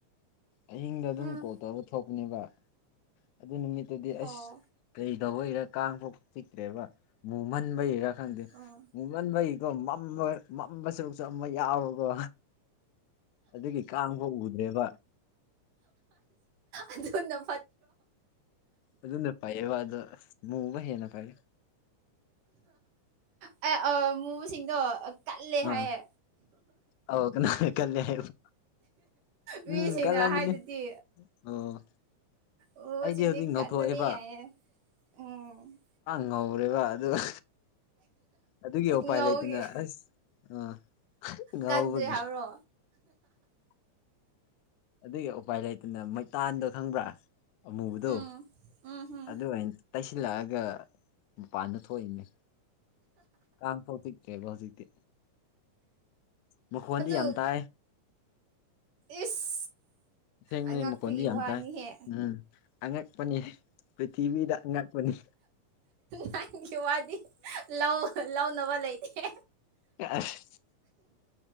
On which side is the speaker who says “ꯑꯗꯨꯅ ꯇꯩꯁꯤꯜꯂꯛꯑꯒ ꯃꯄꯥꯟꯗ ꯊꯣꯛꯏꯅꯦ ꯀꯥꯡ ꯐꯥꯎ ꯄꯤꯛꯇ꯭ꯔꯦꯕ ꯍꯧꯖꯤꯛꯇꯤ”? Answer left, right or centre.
Left